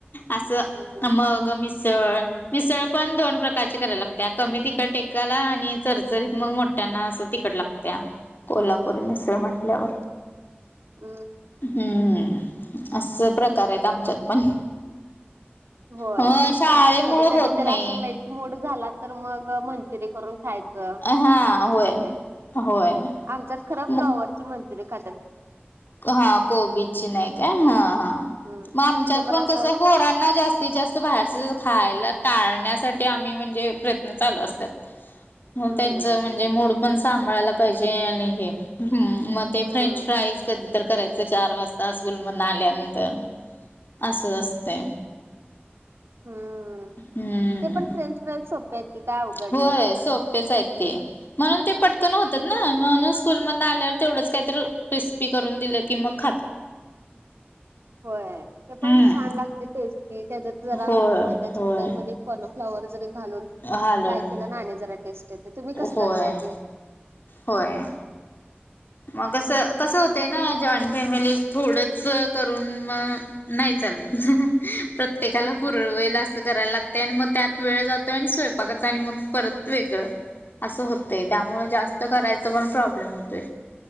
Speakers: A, on the left; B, on the right.
A: असं
B: हम्म,
A: मग मिसळ मिसळ पण दोन प्रकारची करायला लागतीया कमी तिखट एकाला आणि चरचरीत मग मोठ्यांना असं तिखट लागतं. त्या कोल्हापुरी मिसळ म्हंटल्यावर
B: <inaudible> अं
A: हम्म, असं प्रकार आहेत आमच्यात पण.
B: होय.
A: हो शाळेमुळ
B: कधी कधी
A: होत
B: तर
A: नाही.
B: असं लईच मूड झाला तर मग मंचुरी करून खायचा. गं
A: हा होय
B: असं होतय.
A: होय
B: <inaudible> आमच्यात खरं
A: मग
B: फ्लॉवरची मंचुरी खातात.
A: हा कोबीची नाही काय? हा हा
B: हम्म.
A: मग आमच्यात
B: ते
A: पण
B: असं
A: कसं पोरांना कसं ती जास्त बाहेरच खायला टाळण्यासाठी आम्ही म्हणजे प्रयत्न चालू असतात. हो
B: हम्म,
A: त्यांचं म्हणजे मूड पण सांभाळायला पाहिजे आणि हे म ते
B: हम्म,
A: फ्रेंच फ्राईज कधी तर करायचं चार वाजता स्कूलमधून आल्यानंतर <inaudible> असं असतंय.
B: हम्म,
A: हम्म
B: ते पण फ्रेंच फ्राईज सोपे आहेत. की काय अवघड
A: होय
B: नाही.
A: सोप्पेच आहेत ते. म्हणून ते पटकन होतात ना म्हणून स्कूल मधन आल्यावर तेवढंच काही तर क्रिस्पी करून दिलं की मग खात
B: होय ते पण
A: हम्म
B: छान लागतंय टेस्टी त्याच्यात जरा
A: होय
B: मैद्याच्या
A: होय
B: पिठामध्ये कॉनफ्लॉवर जरी घालून
A: हालून
B: फ्राय केल ना आणि जरा टेस्ट येते तुम्ही कसं
A: होय
B: करताय ते?
A: होय. मग कस कसं होतंय ना जॉईंट फॅमिलीत थोडंच करून मग नाही चालत प्रत्येकाला पुरवेल असं करायला लागते आणि मग त्यात वेळ जातोय आणि स्वयंपाकच आणि मग परत वेगळं असं होतंय त्यामुळे जास्त करायचं पण प्रॉब्लेम होतोय.